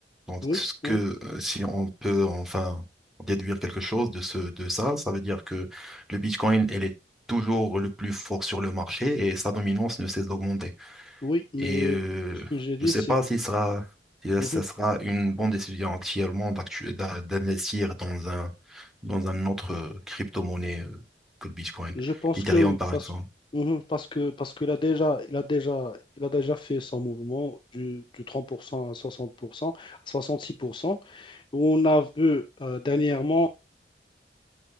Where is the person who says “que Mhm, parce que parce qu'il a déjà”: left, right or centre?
Left